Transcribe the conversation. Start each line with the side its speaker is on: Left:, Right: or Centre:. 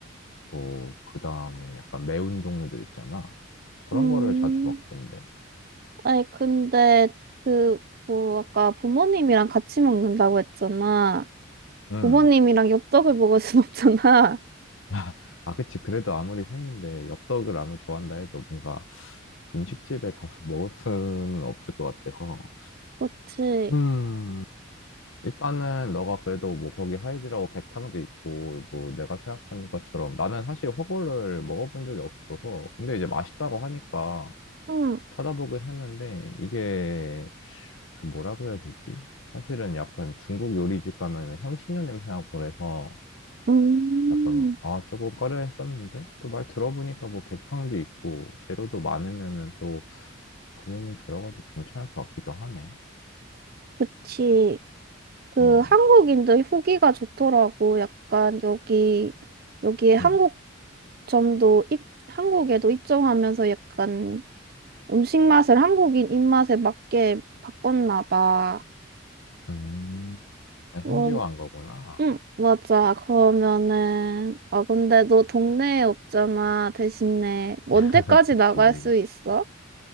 Left: 뭐 그다음에 약간 매운 종류들 있잖아. 그런
Right: 음.
Left: 거를 자주 먹던데.
Right: 아니, 근데 그, 뭐, 아까 부모님이랑 같이 먹는다고 했잖아.
Left: 음.
Right: 부모님이랑 엽떡을 먹을 순 없잖아. <laughs>
Left: <laughs> 아, 그치. 그래도 아무리 생인데 엽떡을 아무리 좋아한다 해도 뭔가 그 분식집에 가서 먹을 수는 없을 것 같아서.
Right: 그치.
Left: 음. 일단은 너가 그래도 뭐 거기 하이드라고 백탕도 있고 뭐 내가 생각한 것처럼 나는 사실 허거를 먹어본 적이 없어서 근데 이제 맛있다고 하니까
Right: 응.
Left: 찾아보긴 했는데 이게 그 뭐라고 해야 되지? 사실은 약간 중국 요리집 가면 향신료 냄새 나고 그래서
Right: 음.
Left: 약간 아 조금 꺼려했었는데 또 말 들어보니까 뭐 백탕도 있고 재료도 많으면은 또 부모님 데려가도 괜찮을 것 같기도 하네.
Right: 그치. 그
Left: 음,
Right: 한국인들 후기가 좋더라고. 약간 여기, 여기에 한국점도
Left: 음.
Right: 입, 한국에도 입점하면서 약간 음식 맛을 한국인 입맛에 맞게 바꿨나 봐.
Left: 음, 아, 현지화한
Right: 음
Left: 거구나.
Right: 응, 맞아. 그러면은, 아, 근데 너 동네에 없잖아. 대신에, 언제까지
Left: <laughs> 그치.
Right: 나갈 수 있어?